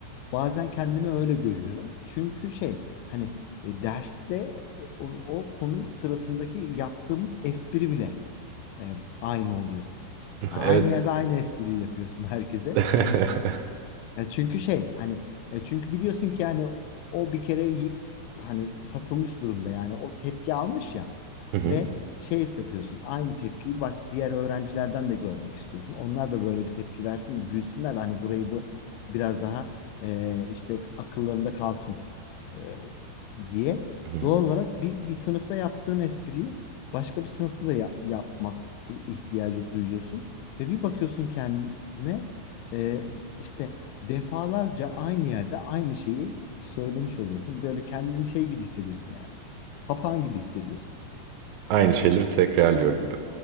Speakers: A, on the left; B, on the right.
A: bazen kendimi öyle görüyorum. Çünkü şey hani e, derste o, o- o konu sırasındaki yaptığımız espri bile e, aynı oluyor.
B: <laughs>
A: Ha, aynı
B: Evet.
A: yerde aynı espriyi yapıyorsun herkese.
B: <laughs>
A: E çünkü şey hani e çünkü biliyorsun ki hani o bir kere yi- s- hani satılmış durumda yani o tepki almış ya
B: Hı hı.
A: ve şey yapıyorsun aynı tepkiyi baş- diğer öğrencilerden de görmek istiyorsun. Onlar da böyle bir tepki versin de gülsünler de hani burayı bu biraz daha e, işte akıllarında kalsın e, diye.
B: Hı hı.
A: Doğal olarak bir, bir sınıfta yaptığın espriyi başka bir sınıfta da yap- yapmak i- ihtiyacı duyuyorsun ve bir bakıyorsun kendine e, işte defalarca aynı yerde aynı şeyi söylemiş oluyorsun. Böyle kendini şey gibi hissediyorsun yani. Papağan gibi hissediyorsun.
B: Aynı şeyleri tekrarlıyor gibi.